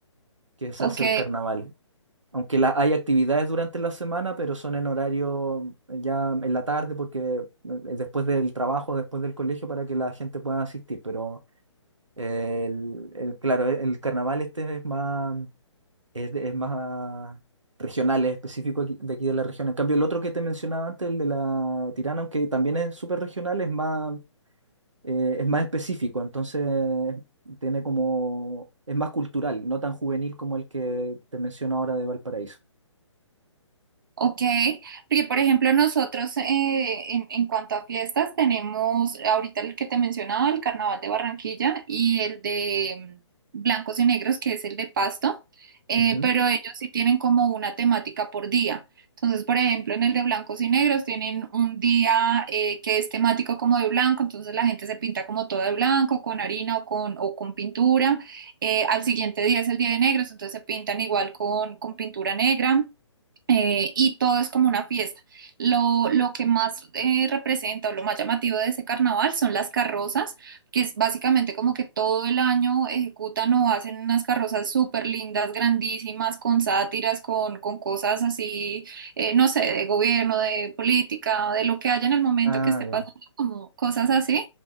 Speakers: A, on the right; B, on the right.
A: que se
B: ok,
A: hace el carnaval. Aunque la- hay actividades durante la semana, pero son en horario eh, ya en la tarde, porque eh, después del trabajo, después del colegio, para que la gente pueda asistir. Pero eh, el, el- claro, el, el carnaval este es más, es, de- es más regional, es específico aquí- de aquí de la región. En cambio, el otro que te mencionaba antes, el de la Tirana, aunque también es súper regional, es más eh, es más específico, entonces tiene como, es más cultural, no tan juvenil como el que te menciono ahora de Valparaíso.
B: Ok, porque por ejemplo nosotros eh, en, en cuanto a fiestas tenemos ahorita el que te mencionaba, el Carnaval de Barranquilla y el de mm, Blancos y Negros, que es el de Pasto, eh,
A: Ujú.
B: pero ellos sí tienen como una temática por día. Entonces, por ejemplo, en el de Blancos y Negros tienen un día eh, que es temático como de blanco, entonces la gente se pinta como todo de blanco, con harina o con, o con pintura. Eh, al siguiente día es el día de negros, entonces se pintan igual con, con pintura negra eh, y todo es como una fiesta. Lo, lo que más eh, representa o lo más llamativo de ese carnaval son las carrozas, que es básicamente como que todo el año ejecutan o hacen unas carrozas súper lindas, grandísimas, con sátiras, con, con cosas así, eh, no sé, de gobierno, de política, de lo que haya en el momento
A: Ah,
B: que esté
A: ya.
B: pasando, como cosas así.